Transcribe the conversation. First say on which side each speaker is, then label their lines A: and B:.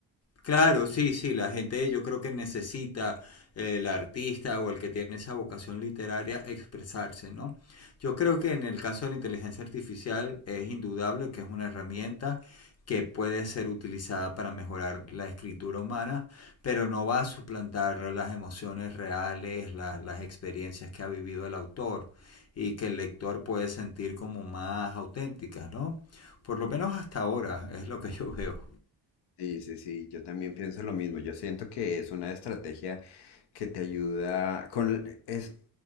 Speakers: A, on the left; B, on the left.
A: Claro, sí, sí, la gente yo creo que necesita eh, el artista o el que tiene esa vocación literaria expresarse, ¿no? Yo creo que en el caso de la inteligencia artificial es indudable que es una herramienta que puede ser utilizada para mejorar la escritura humana, pero no va a suplantar las emociones reales, la- las experiencias que ha vivido el autor y que el lector puede sentir como más auténticas, ¿no? Por lo menos hasta ahora es lo que yo veo.
B: Sí, sí, sí, yo también pienso lo mismo. Yo siento que es una estrategia que te ayuda con es